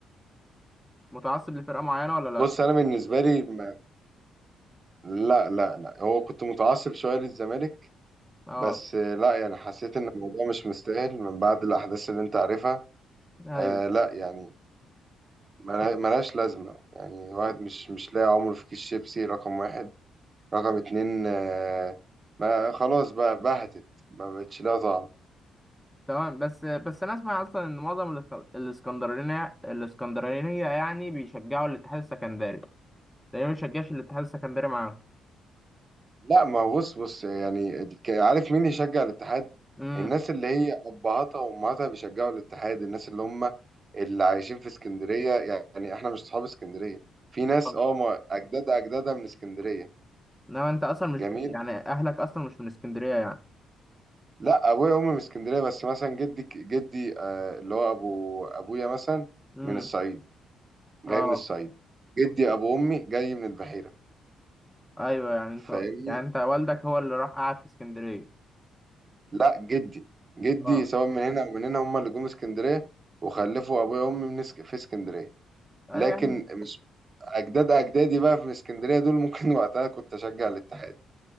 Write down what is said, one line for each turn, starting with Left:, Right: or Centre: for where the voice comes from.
Centre: متعصب لفرقة معينة ولا لا
Right: بص انا بالنسبه لي ما- لا لا لا هو كنت متعصب شويه للزمالك
Centre: اه
Right: بس آه، لا يعني حسيت ان الموضوع مش مستاهل من بعد الاحداث اللي انت عارفها
Centre: ايوه
Right: آه لا يعني ملا- ملهاش لازمه يعني واحد مش مش لاقي عمره في كيس شيبسي رقم واحد رقم اتنين آه ما خلاص بقى بهتت ما بقتش لها طعم
Centre: تمام بس بس انا اسمع اصلا ان معظم الاسك- الاسكندرانية الاسكندرانية يعني بيشجعوا الاتحاد السكندري تقريبا ما بيشجعش الاتحاد السكندري معاهم
Right: لا ما هو بص بص يعني ك- عارف مين يشجع الاتحاد
Centre: امم
Right: الناس اللي هي ابهاتها وامهاتها بيشجعوا الاتحاد الناس اللي هم اللي عايشين في اسكندريه يعني احنا مش اصحاب اسكندريه في ناس
Centre: آه.
Right: اه ما- اجداد اجدادها من اسكندريه
Centre: انما انت اصلا مش
Right: جميل
Centre: يعني اهلك اصلا مش من اسكندرية يعني
Right: لا ابويا وامي من اسكندريه بس مثلا جدي جدي آه اللي هو ابو ابويا مثلا
Centre: امم
Right: من الصعيد جاي
Centre: اه
Right: من الصعيد جدي ابو امي جاي من البحيره
Centre: ايوه يعني انت
Right: فاهمني
Centre: يعني انت والدك هو اللي راح قعد في اسكندرية
Right: لا جدي جدي
Centre: اه
Right: سواء من هنا او من هنا هم اللي جم اسكندريه وخلفوا ابويا وامي من اسك... في اسكندريه
Centre: ايوه
Right: لكن
Centre: يا عم
Right: مش اجداد اجدادي بقى في اسكندريه دول ممكن <laughs> وقتها كنت اشجع الاتحاد